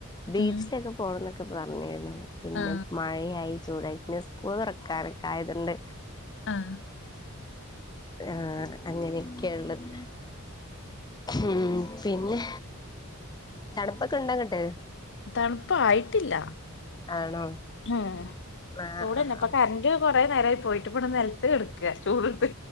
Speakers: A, on the left (about 20°); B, on the left (about 55°).
A: ബീച്ചിലൊക്കെ
B: ഉം
A: പോണംന്നൊക്ക പറഞ്ഞായിരുന്നു. പിന്നെ
B: ആ
A: മഴയായി. ചൂടായി പിന്നെ സ്കൂൾ തുറക്കാനൊക്കെ ആയതൊണ്ട്
B: ആഹ്
A: ആഹ് അങ്ങനെയൊക്കെയ ഉള്ളത്. ഉം. പിന്നെ തണുപ്പൊക്കെ ഉണ്ടങ്ങട്ട്?
B: തണുപ്പായിട്ടില്ല.
A: ആണോ
B: ഉം.
A: ആഹ്
B: ചൂടെന്നെ
A: ആഹ്
B: ഇപ്പൊ
A: ആഹ്
B: കറന്റ് കൊറേ നേരായി പോയിട്ട് ഇവിട നിലത്ത് കിടക്ക ചൂടുട്ത്ത്